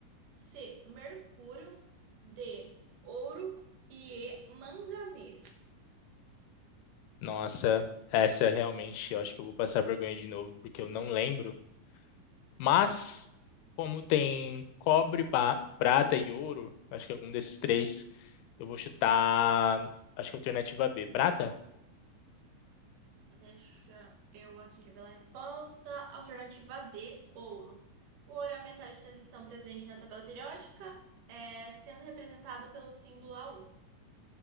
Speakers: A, on the right; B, on the left.
A: C. Mercúrio. D. Ouro. E E. Manganês.
B: Nossa, essa realmente, eu acho que eu vou passar vergonha de novo, porque eu não lembro. Mas, como tem cobre, pa- prata e ouro, acho que algum desses três, eu vou chutar, acho que é a alternativa B, prata?
A: Deixa eu aqui revelar a resposta. Alternativa D. Ouro. O ouro é o metal de transição presente na tabela periódica, é, sendo representado pelo símbolo AU.